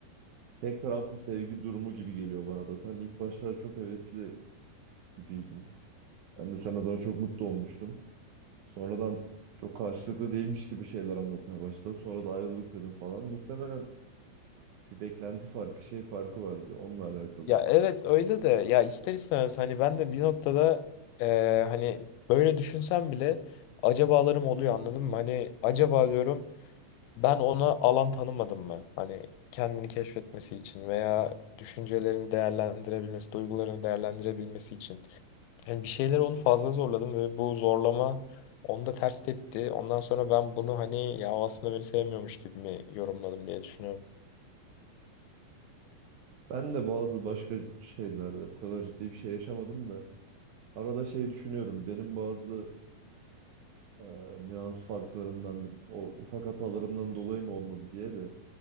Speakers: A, on the right (about 80°); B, on the left (about 85°).
A: Tek taraflı sevgi durumu gibi geliyor bana da. Sen ilk başlarda çok hevesli gibiydin. Ben de sen adına çok mutlu olmuştum. Sonradan çok karşılıklı değilmiş gibi şeyler anlatmaya başladın. Sonra da ayrılık dedim falan. Muhtemelen bir beklenti farkı, şey farkı vardı onunla alakalı.
B: Ya evet öyle de ya ister istemez hani ben de bir noktada eee, hani böyle düşünsem bile acabalarım oluyor anladın mı? Hani acaba diyorum Ben ona alan tanımadım mı? Hani kendini keşfetmesi için veya düşüncelerini değerlendirebilmesi, duygularını değerlendirebilmesi için. Yani bir şeyler onu fazla zorladım ve bu zorlama onda ters tepti. Ondan sonra ben bunu hani ya o aslında beni sevmiyormuş gibi mi yorumladım diye düşünüyorum.
A: Ben de bazı başka şeylerde bu kadar ciddi bir şey yaşamadım da arada şey düşünüyorum. Benim bazı e, nüans farklarımdan, o ufak hatalarımdan dolayı mı olmadı diye de.